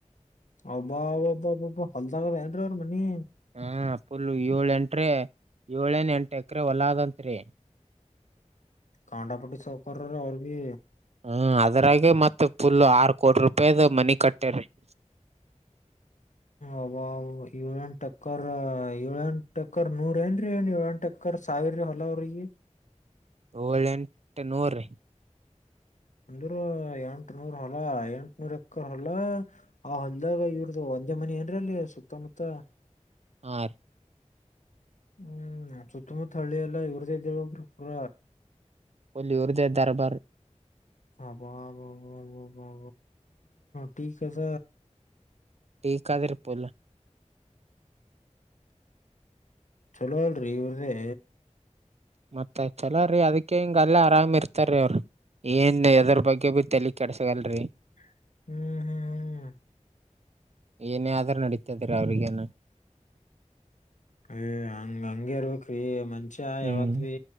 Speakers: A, on the left; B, on the right.
A: ಅಬಾಬಾ ಅಬಬ ಹೊಲ್ದಾಗದ ಏನ್ರಿ ಅವರು ಮನಿ.
B: ಹಾ ಪುಲ್ ಏಳ ಎಂಟ್ರೀ ಏಳೇಏನ್ ಎಂಟ ಎಕ್ರ ಹೊಲದಂತ್ರಿ.
A: ಕಾಂಡಾಪಟ್ಟಿ ಸೌಕರ ಅವರು ಬಿ.
B: ಹ್ಮ ಅದ್ರಾಗೆ ಮತ್ತೆ ಫುಲ್ ಆರು ಕೋಟಿ ರೂಪಾಯದ ಮನಿ ಕಟ್ಟೇರಿ. <inaudible>
A: ಅಬಬ ಅವ ಏಳಂಟ ಅಕ್ಕರ್ ಏಳ ಎಂಟ ಅಕ್ಕರ್ ನೂರ ಏನ್ ಏ ಏಳಂಟು ಅಕ್ಕರ್. ಸಾವಿರ ಹೊಲ ಅವರಗೆ.
B: ಏಳೆಂಟು ನೂರ್ ರಿ.
A: ಅಂದ್ರ ಎಂಟ ನೂರ್ ಹೊಲ ಎಂಟನೂರ್ ಎಕರ್ ಹೊಲ ಆ ಹೊಲ್ದಾಗ ಇವ್ರದು. ಸಂಜೆ ಮನಿ ಏನ್ರ ಅಲ್ಲಿ ಸುತ್ತಮುತ್ತ.
B: ಆ ರೀ.
A: ಹ್ಮ್ ಸುತ್ತಮುತ್ತ ಹಳ್ಳಿ ಎಲ್ಲ ಇವ್ರ್ದ ಇದ್ದೋಗ್ರ ಪೂರ.
B: ಒಲ್ಲಿ ಉರುದ ದರಬಾರ್.
A: ಅಬ್ಬಬ್ಬಾ ಅಬ್ಬಬ್ಬಾ ಟೀ ಕದ.
B: ಟಿಕಾದಿರ್ ಪುಲ್.
A: ಚಲೋವಲ್ರಿ ಇವ್ರದೇ.
B: ಮತ್ತೆ ಚಲೋ ರೀ ಅದಕ್ಕೆ ಹಿಂಗ ಅಲ್ಲ ಆರಾಮ್ ಇರ್ತ್ರೀ ಅವ್ರಿ. ಏನ್ ಎದ್ರ ಬಗ್ಗೆ ಭ ಬಗ್ಗೆ ತಲೆ ಕೆಡಸಗಲ್ರಿ.
A: ಹ್ಮ್ ಹ್ಮ್ ಹ್ಮ್
B: ಏನೇ ಆದ್ರೂ ನಡೀತದರ ಅವ್ರಗೇನ.
A: ಯ ಹಂಗ ಹಂಗಗೆರು ಕ್ರೀ ಮನುಷ್ಯ
B: ಹ್ಮ್
A: ಯಾವತ್ ಬೀ.